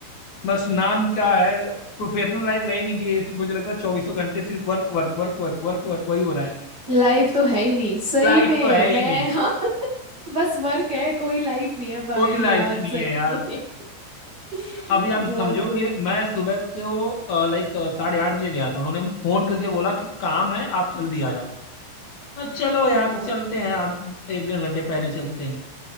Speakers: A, on the left; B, on the right.
A: बस नाम क्या है प्रोफेशनल लाइफ रह नहीं गई मुझे लगता है चौबीसों घंटे सिर्फ work work work work work work वही हो रहा है
B: लाइफ तो है ही नहीं सही
A: लाइफ
B: में
A: तो है
B: मैं
A: ही नहीं
B: <laughs> हाँ, बस वर्क है कोई लाइफ नहीं है भाई
A: कोई लाइफ
B: यार
A: नहीं
B: सही
A: है यार।
B: में <laughs>
A: अभी आप
B: बहुत
A: समझो कि
B: बुरे
A: मैं सुबह को लाइक साढ़े आठ बजे गया था उन्होंने फोन करके बोला कि काम है आप जल्दी आ जाओ अ, चलो यार
B: अब
A: चलते हैं आध- एक डेढ़ घंटे पहले चलते हैं